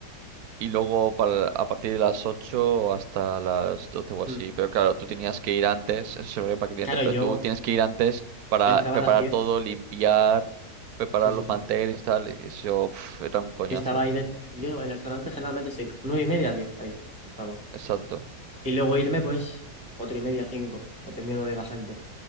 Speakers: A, on the right (about 75°); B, on the right (about 20°).
A: y luego para, a partir de las 8 hasta las 12 o así.
B: Mm.
A: Pero claro, tú tenías que ir antes, eso se ve para clientes,
B: Claro,
A: pero
B: yo,
A: tú tienes que ir antes para
B: yo entraba
A: preparar
B: a las 10.
A: todo, limpiar, preparar
B: Sí, sí,
A: los
B: sí.
A: manteles y tal, y eso pf, era un coñazo.
B: Yo estaba ahí, de- yo en el restaurante generalmente estoy nueve y media, diez ahí estaba.
A: Exacto.
B: Y luego irme pues cuatro y media, cinco, dependiendo de la gente.